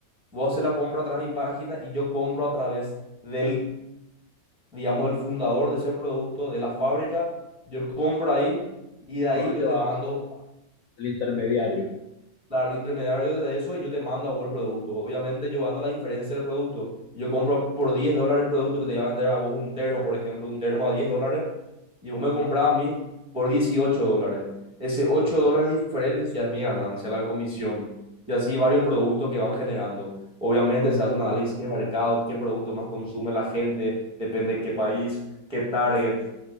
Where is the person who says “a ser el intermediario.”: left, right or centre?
Left